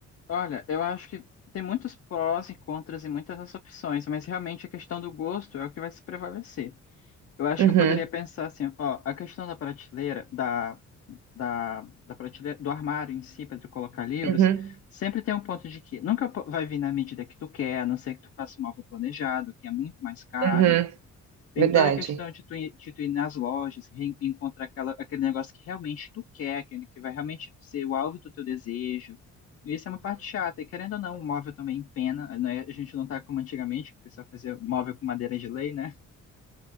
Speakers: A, on the left; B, on the right.
A: Olha, eu acho que tem muitos prós e contras e muitas das opções, mas realmente a questão do gosto é o que vai se prevalecer. Eu acho
B: Uhum,
A: que eu poderia pensar assim, ó, a questão da prateleira, da da, da prateleira, do armário em si, para tu colocar livros,
B: uhum,
A: sempre tem um ponto de que nunca po- vai vir na medida que tu quer, a não ser que tu faça um móvel planejado, que é muito mais caro.
B: uhum.
A: Tem
B: Verdade.
A: toda a questão de tu ir, de tu ir nas lojas, re- encontrar aquela, aquele negócio que realmente tu quer, aquele que vai realmente ser o alvo do teu desejo. E isso é uma parte chata, e querendo ou não, o móvel também empena, né? A gente não tá como antigamente, que o pessoal fazia móvel com madeira de lei, né?